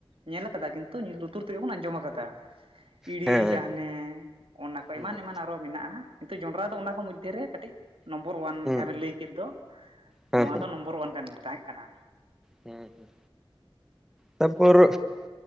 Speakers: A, on the right; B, in the centre.
A: ᱧᱮᱞ ᱠᱟᱫᱟ ᱠᱤᱱᱛᱩ ᱞᱩᱛᱩᱨ ᱛᱮᱜᱮ ᱵᱚᱱ ᱟᱸᱡᱚᱢ ᱠᱟᱫᱟ ᱪᱤᱲᱤ
B: ᱦᱮᱸ
A: ᱡᱟᱱᱮ ᱚᱱᱟ ᱠᱚ
B: ᱦᱩᱸ
A: ᱮᱢᱟᱱ ᱮᱢᱟᱱ ᱟᱨᱚ ᱢᱮᱱᱟᱜᱼᱟ ᱠᱤᱱᱛᱩ ᱡᱚᱱᱰᱨᱟ ᱫᱚ ᱚᱱᱟ ᱠᱚ ᱢᱚᱫᱽᱫᱷᱮ ᱨᱮ ᱠᱟᱹᱴᱤᱡ ᱱᱚᱢᱵᱚᱨ ᱳᱣᱟᱱ
B: ᱦᱩᱸ
A: ᱡᱟᱦᱟᱸ ᱵᱮᱱ ᱞᱟᱹᱭ ᱠᱮᱫ ᱫᱚ
B: ᱦᱮᱸ
A: ᱱᱚᱣᱟ ᱫᱚ ᱱᱚᱢᱵᱚᱨ ᱳᱣᱟᱱ ᱠᱟᱱ ᱛᱟᱦᱮᱸ ᱠᱟᱱᱟ
B: ᱦᱩᱸ ᱛᱟᱨᱯᱚᱨ